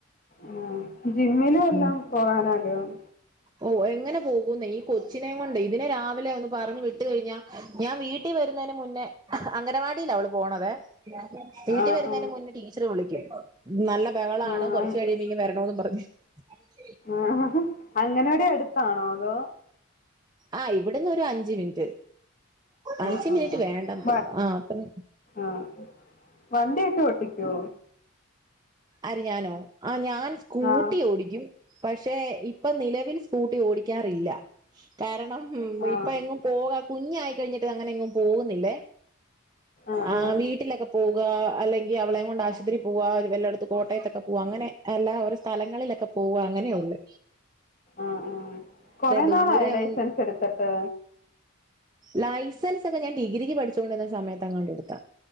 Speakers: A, on the left; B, on the right.
A: ആ ജിമ്മില് വല്ലോം
B: ഉം
A: പോകനാഗ്രഹം
B: ഓ എങ്ങനെ പോകുന്ന ഈ കൊച്ചിനെയ കൊണ്ട് ഇതിനെ രാവിലെ ഒന്ന് പറഞ്ഞു വിട്ട കഴിഞ്ഞാ ഞാൻ വീ ട്ടി വരുന്നതിന് മുന്നേ അംഗനവാടി ലാ അവള് പോണത് വീട്ടി
A: ആഹ്
B: വരുന്നതിന് മുന്നേ ടീച്ചറ് വിളിക്കും നല്ല ബഹളമാണ്
A: ആഹ്
B: കുറച്ച് കഴിയുമ്പോ ഇങ്ങ വരണമന്ന് പറഞ്ഞു <unintelligible>
A: ആഹ ഹ അംഗനവാടി അടുത്താണോ അതോ
B: ആഹ് ഇവിടന്ന് ഒരു അഞ്ച് അഞ്ച് മിനിറ്റ് അഞ്ച്
A: ആഹ്
B: മിനിറ്റ്
A: ആഹ് ആഹ്
B: വേണ്ട പോകും
A: വ
B: ആ അ
A: ആഹ് വണ്ടിയൊക്കെ ഓട്ടിക്കുവോ
B: അരിഞാനോ ആ ഞാൻ സ്കൂട്ടി
A: ആഹ്
B: ഓടിക്കും പക്ഷെ ഇപ്പൊ നിലവിൽ സ്കൂട്ടി ഓടിക്കാറില്ല കാരണം ഉം
A: ആഹ്
B: ഇപ്പ എങ്ങും പോക കുഞ്ഞായി കഴിഞ്ഞിട്ട് അങ്ങനെയ എങ്ങും പോകുന്നില്ലേ
A: ആഹ്
B: ആ
A: ആഹ്
B: വീട്ടിലൊക്കെ പോവുക അല്ലെങ്കി അവളെ കൊണ്ട് ആശുത്രി പോവാ വല്ലടും കോട്ടയത്തൊക്കെ പോക അങ്ങനെ എല്ലാ ഒരു സ്ഥലങ്ങളിലൊക്കെ പോക അങ്ങനെയ ഉള്ളു
A: ആ ആ കൊറെ
B: ദൂരെ
A: നാളായ
B: ഒന്നും
A: ലൈസൻസ് എടുത്തിട്ട്
B: ലൈസൻസ് ഒക്കെ ഞാൻ ഡിഗ്രിക്ക് പഠിച്ചുകൊണ്ടിരുന്ന സമയത്തെങ്ങാണ്ട് എടുത്ത